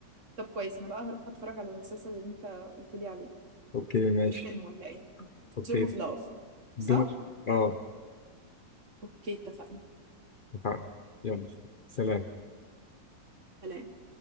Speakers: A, on the right; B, on the left.
A: طب كويس انا بقى هروح اتفرج على المسلسل اللي انت قلت لي عليه
B: اوكي ماشي
A: الفيلم ولا ايه
B: اوكي
A: دوم اوف لاف
B: دوم
A: صح
B: اه
A: اوكي اتفقنا
B: اتفقنا. يلا سلام
A: سلام.